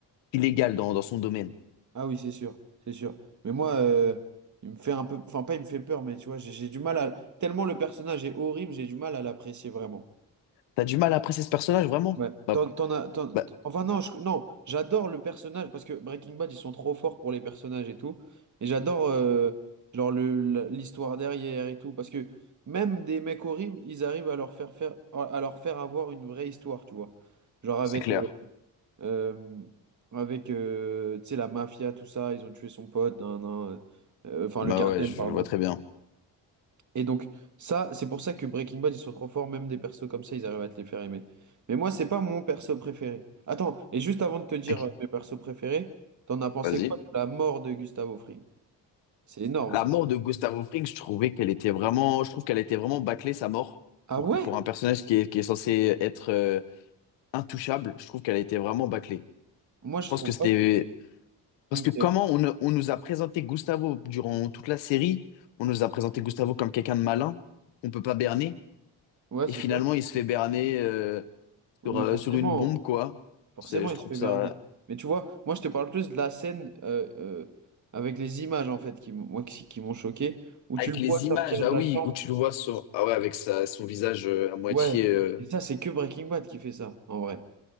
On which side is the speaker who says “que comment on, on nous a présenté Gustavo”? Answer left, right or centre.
Left